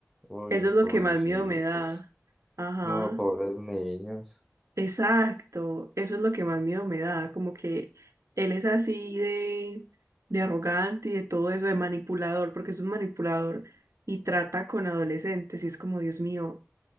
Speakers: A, in the centre; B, on the right.
A: uy,
B: Eso es lo
A: pobrecitos.
B: que más miedo me da. Ajá,
A: No, pobres niños.
B: exacto. Eso es lo que más miedo me da. Como que él es así de, de arrogante y de todo eso, de manipulador, porque es un manipulador y trata con adolescentes. Y es como, Dios mío,